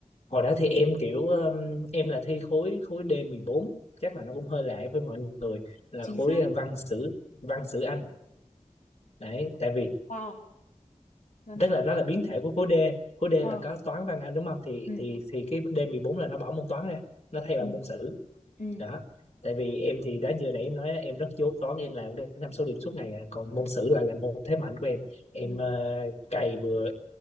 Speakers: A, on the left; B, on the left.
A: hồi đó thì em kiểu um, em là thi khối khối D14 chắc là nó cũng hơi lạ với mọi người là
B: chính
A: khối
B: xác
A: uh, văn sử văn sử Anh đấy tại vì
B: wow văn
A: tức
B: sử
A: là nó là biến thể của khối D khối D
B: Ờ.
A: là có toán văn Anh đúng không thì
B: ừ
A: thì thì cái D14 là nó bỏ môn toán ra nó thay
B: ừ
A: bằng môn sử
B: ừ
A: đó tại vì em thì đã giờ nãy em nói á, em rất dốt toán em làm cái năm số điểm suốt ngày à. còn môn sử là là môn thế mạnh của em em
B: ừ
A: uh, cày bừa